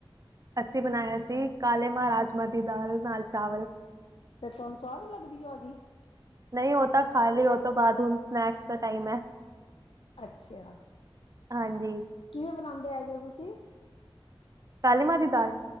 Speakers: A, on the right (about 40°); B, on the left (about 80°).
A: ਅਸੀਂ ਬਣਾਇਆ ਸੀ ਕਾਲੇ ਮਾਂ ਰਾਜਮਾਂ ਦੀ ਦਾਲ ਨਾਲ ਚਾਵਲ।
B: ਤੇ ਤੁਹਾਨੂੰ ਸਵਾਦ ਨੀ ਲੱਗਦੀ <unintelligible>
A: ਨਹੀਂ ਓ ਤਾਂ ਖਾਲੀ ਓ ਤੋਂ ਬਾਅਦ ਹੁਨ ਸਨੈਕਸ ਦਾ ਟਾਈਮ ਐ।
B: ਅੱਛਿਆ
A: ਹਾਂਜੀ
B: ਕਿਵੇਂ ਬਣਾਂਦੇ ਹੈਗੇ ਤੁਸੀਂ।
A: ਕਾਲੇ ਮਾਂਹ ਦੀ ਦਾਲ?